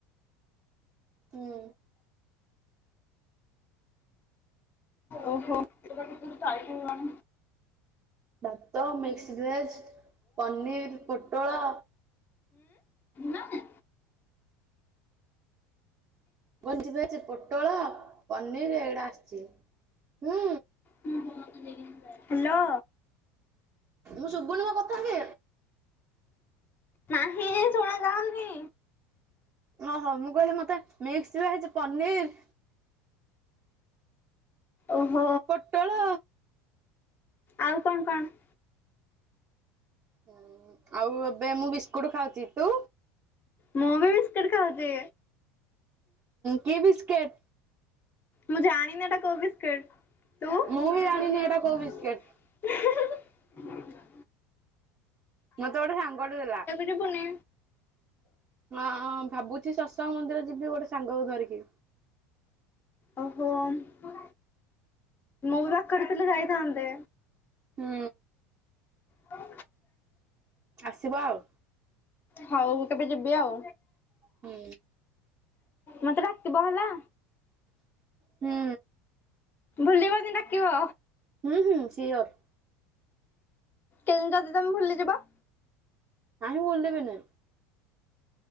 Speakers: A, on the right (about 35°); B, on the left (about 30°).
A: ହୁଁ
B: ଓହୋ <unintelligible>
A: ଭାତ, ମିକ୍ସ ଭେଜ, ପନିର, ପୋଟଳ
B: ନାଇଁ
A: <unintelligible> ପୋଟଳ ପନିର୍ ଏଡା ଆସିଚି। ହୁଁ
B: <unintelligible> ହାଲୋ
A: ମୁଁ ଶୁଭୁନି ମୋ କଥା କି
B: ନାହିଁରେ ଶୁଣା ଯାଉନି
A: ଓହୋ ମୁଁ କହିଲି ମତେ ମିକ୍ସ ଭେଜ୍ ପନିର
B: ଓହୋ
A: ପୋଟଳ
B: ଆଉ କଣ କଣ
A: ହୁଁ ଆଉ ଏବେ ମୁଁ ବିସ୍କୁଟ ଖାଉଛି ତୁ
B: ମୁଁ ବି ବିସ୍କିଟ ଖାଉଛି।
A: କି ବିସ୍କେଟ?
B: ମୁଁ ଜାଣିନି ଏଟା କଉ ବିସ୍କିଟ ତୁ ହିଁ
A: ମୁଁ ବି ଜାଣିନି
B: ହିଁ
A: ଏଇଟା କୋଉ ବିସ୍କେଟ
B: ହିଁ ହଁ <inaudible>
A: ମତେ ଗୋଟେ ସାଙ୍ଗଟେ ଦେଲା
B: ଯିବୁନି?
A: ହଁ ଭାବୁଛି ସସ୍ ତ ମନ୍ଦିର ଯିବି ଗୋଟେ ସାଙ୍ଗକୁ ଧରିକି
B: ଅହୋମ୍। ମୁଁ ବି ବ୍ୟାକ କରିଥିଲେ ଯାଇଥାନ୍ତେ
A: ହୁଁ
B: ହସ
A: ଆସିବ ଆଉ
B: <inaudible> ହଉ ମୁଁ କେବେ ଯିବି ଆଉ
A: ହୁଁ
B: ମତେ ଡାକିବ ହେଲା।
A: ହୁଁ
B: ଭୁଲିବନି ଡାକିବ
A: ହୁଁ ହୁଁ ସିଓର।
B: କେନ <unintelligible> ଯଦି ତମେ ଭୁଲି ଯିବ
A: ନାହିଁ ଭୁଲିବିନି